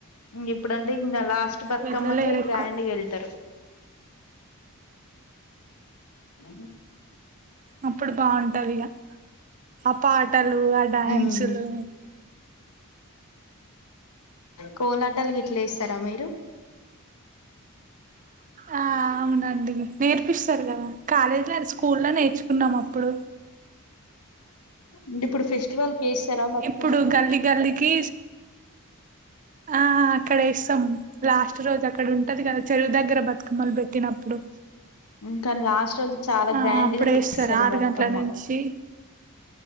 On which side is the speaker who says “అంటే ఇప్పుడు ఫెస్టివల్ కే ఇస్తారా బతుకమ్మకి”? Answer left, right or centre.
Left